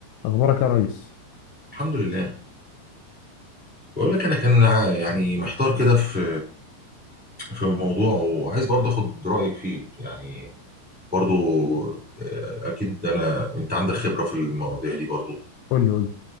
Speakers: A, on the left; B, in the centre.
A: اخبارك يا ريس
B: الحمد لله بقول لك انا كان ع- يعني محتار كده في في موضوع وعايز برضه اخد رايك فيه يعني برضه آه، اكيد انا انت عندك خبره في المواضيع دي برضه
A: قول لي قول لي